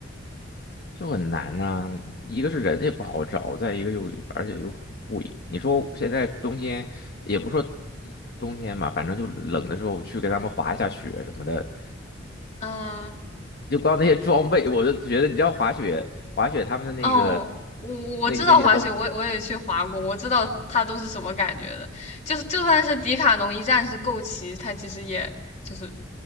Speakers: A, on the left; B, on the left.
A: 就很难呐、一个是人也不好找，再一个又而且又很贵。你说现在冬天也不说冬天嘛，反正就冷的时候去跟他们滑一下雪什么的，
B: 嗯。
A: 就光那些装备，我就觉得你知道滑雪滑雪他们的那个
B: 哦，我我知道滑雪，
A: 那个那些东西，
B: 我也我也去滑过，我知道它都是什么感觉的。就是就算是迪卡侬一站式购齐，它其实也就是